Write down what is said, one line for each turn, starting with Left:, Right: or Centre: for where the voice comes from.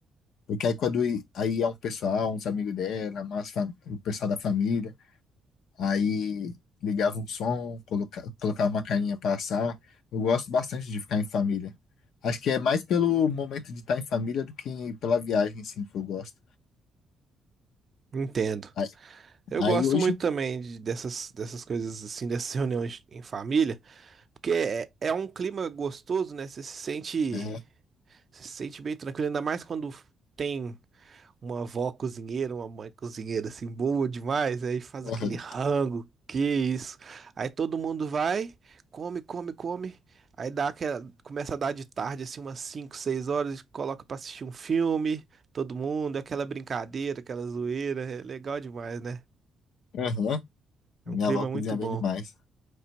Left: porque aí quando i- aí é um pessoal, uns amigos dela, mais fam- o pessoal da família, aí ligava um som, coloca, colocava uma carninha pra assar. Eu gosto bastante de ficar em família. Acho que é mais pelo momento de estar em família do que pela viagem, sim, que eu gosto.
Right: Entendo.
Left: Aí,
Right: Eu
Left: aí
Right: gosto
Left: hoje,
Right: muito também de- dessas, dessas coisas assim, dessas reuniões em família, porque é, é um clima gostoso, né? Você se sente,
Left: é,
Right: você se sente bem tranquilo, ainda mais quando tem. uma avó cozinheira, uma mãe cozinheira assim, boa demais, aí faz
Left: aham.
Right: aquele rango, que isso. Aí todo mundo vai, come, come, come. Aí dá aquela, começa a dar de tarde, assim, umas 5 6 horas, coloca pra assistir um filme, todo mundo, aquela brincadeira, aquela zoeira, é legal demais, né?
Left: Aham.
Right: É
Left: Minha
Right: um clima
Left: avó cozinha
Right: muito bom.
Left: bem demais.